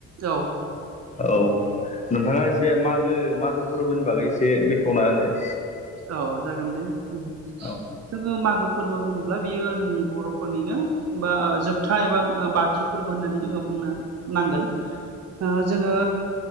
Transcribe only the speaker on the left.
औ नोंथाङा एसे मागो मागो फोरबोनि बागै एसे बेखेवना होलाय।
औ